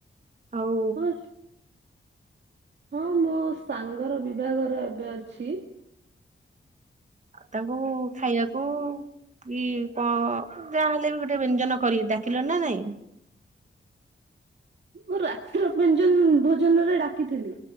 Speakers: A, on the right; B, on the right.
A: ଆଉ
B: ହଁ ହଁ ମୋ ସାଙ୍ଗର ବିଭାହର ଏବେ ଅଛି।
A: ତାଙ୍କୁ ଖାଇବାକୁ କି କଁ ଯାହେଲେ ବି ଗୋଟେ ବ୍ୟଞ୍ଜନ କରିକି ଡାକିଲଣି ନା ନାଇଁ?
B: ମୁଁ ରାତ୍ର ବ୍ୟଞ୍ଜନ୍ ଭୋଜନରେ ଡାକିଥିଲି